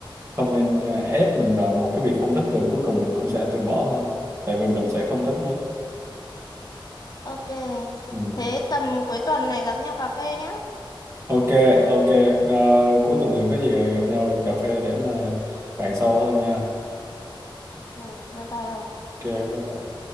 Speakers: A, on the right; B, on the left.
A: không nên ờ, ép mình vào một cái việc không thích rồi cuối cùng mình cũng sẽ từ bỏ thôi tại vì mình sẽ không thích nó
B: ok.
A: ừ.
B: Thế tầm cuối tuần này gặp nhau cà phê nhá.
A: Ok, ok. Ờ, cuối tuần này có gì gặp nhau cà phê để mà bàn sâu hơn nha.
B: Ừ, bye bye ông.
A: Ok, bye bye.